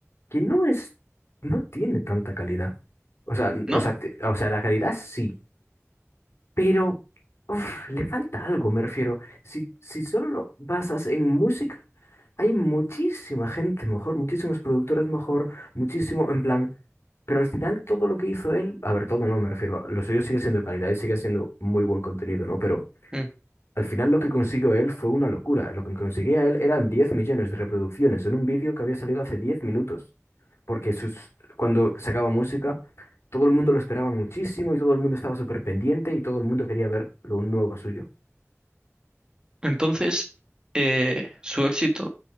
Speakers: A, on the left (about 55°); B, on the right (about 15°).
A: que no es, no tiene tanta calidad. O sea, n-
B: ¿No?
A: o sea, te- o sea, la calidad sí. Pero uf, le falta algo, me refiero. Si, si solo lo basas en música, hay muchísima gente mejor, muchísimos productores mejor, muchísimo, en plan. Pero al final todo lo que hizo él, a ver, todo no, me refiero, lo suyo sigue siendo de calidad y sigue siendo muy buen contenido, ¿no? Pero
B: Mm.
A: al final lo que consiguió él fue una locura. Lo que conseguía él eran 10 millones de reproducciones en un vídeo que había salido hace 10 minutos. Porque sus, cuando sacaba música, todo el mundo lo esperaba muchísimo y todo el mundo estaba súper pendiente y todo el mundo quería ver lo nuevo suyo.
B: Entonces, eh, su éxito